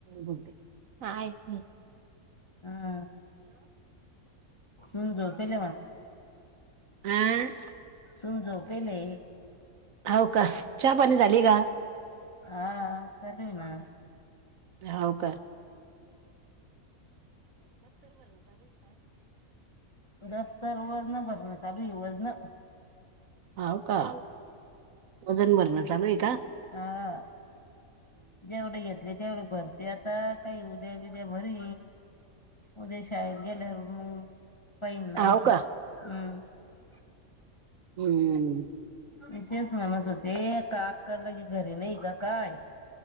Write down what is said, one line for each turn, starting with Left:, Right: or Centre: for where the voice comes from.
Right: बोलते हा येते.
Left: हम सुून रो पेल
Right: हम्म
Left: सून झोपले.
Right: हो का चहा पानी झाली का?
Left: हा केल ना.
Right: <unintelligible> काय?
Left: दफ्तर वज न भर चाू येवज न.
Right: हाव का वजन भरण चालय.
Left: हा. जेवढे घेतले तेवढे भरते आता काही उद्या बद्या भरी उद्या शाळेत गेल्यावर मग पहिन नाही
Right: हाव
Left: कि
Right: का
Left: हम्. <unintelligible>
Right: हम्म
Left: म तेच म्हणत होते काकाला की घरी नाही का काय?